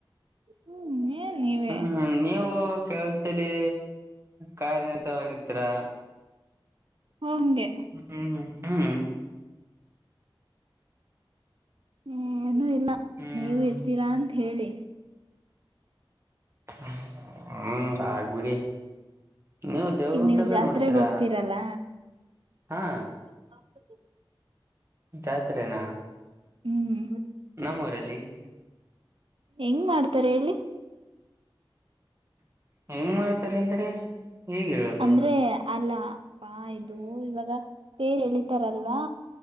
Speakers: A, on the right; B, on the right.
A: ಹ್ಮ್ ಏನ್ ನೀವೇ
B: ಹ್ಮ್ ನೀವು ಕೆಳಸದಲ್ಲಿ ಕಾರ್ಯನತವಾಗಿರ್ತೀರಾ
A: ಹಓ ಹಂಗೆ
B: ಹ್ಮ್ ಹ್ಮ್
A: ಏಏನುೂ ಇಲ್ಲ
B: ಹ್ಮ್
A: ನೀವು ಇರ್ತೀರಾ ಅಂತ ಹೇಳಿ
B: ಹ ಹ್ಮ ಆಯ್ತು ಬಿಡಿ ನೀವು ದೇವ್ದಲ್ಲ
A: ಈಗ ನೀವ್ ಜಾತ್ರೆಗ್
B: ನೋಡ್ತೀರಾ
A: ಹೋಗ್ತೀರಲ್ಲ
B: ಹಾ
A: <inaudible>
B: ಜಾತ್ರೆನಾ
A: ಹ್ಮ್
B: ನಮ್ಮ ಊರಲ್ಲಿ
A: ಹೆಂಗ್ ಮಾಡ್ತಾರೆ ಹೇಳಿ
B: ಹೆಂಗ್ ಮಾಡ್ತಾರೆ ಅಂದ್ರೆ ಹೇಗ್ ಹೇಳೋದು
A: ಅಂದ್ರೆ ಅಲ್ಲ ಪ್ಪಾ ಇದು ಇವಾಗ ತೇರ್ ಎಳಿತಾರಲ್ವಾ.